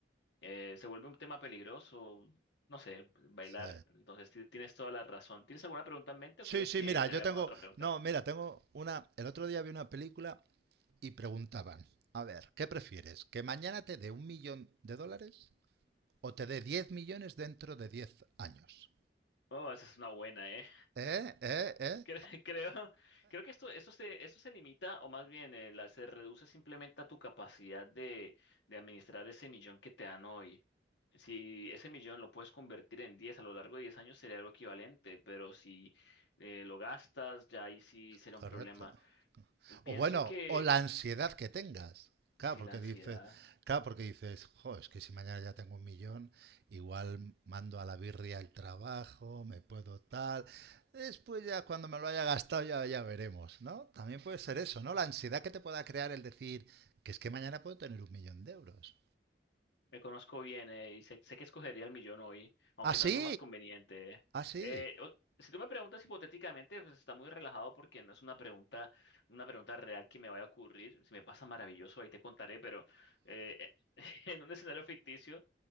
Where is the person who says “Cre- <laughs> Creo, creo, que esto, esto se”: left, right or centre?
Left